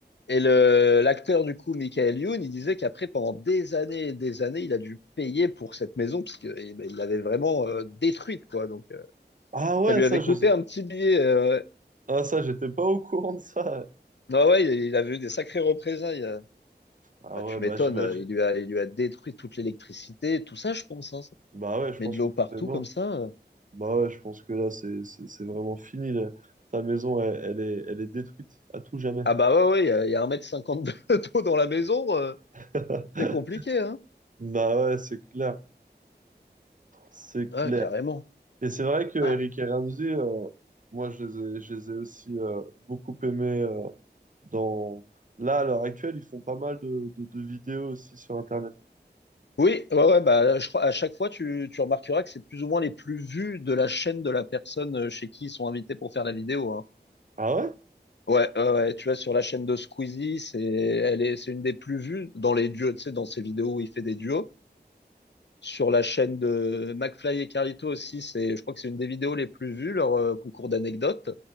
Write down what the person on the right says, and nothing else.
Ah ouais,
ça,
je,
ah, ça, j'étais pas au courant de ça.
Ah
ouais,
bah j'imagine.
Bah ouais, je
pense
que tout
est mort.
Bah ouais, je pense que là, c'est c'est- c'est vraiment fini. là. Ta maison, elle, elle est, elle est détruite à tout jamais.
<laughs>
Bah ouais, c'est clair. C'est
clair.
Et c'est vrai que Eric
et Ramsey, euh, moi, je les ai, je les ai aussi euh, beaucoup aimés euh, dans... Là, à l'heure actuelle, ils font pas mal de, de, de vidéos aussi sur Internet.
Ah ouais?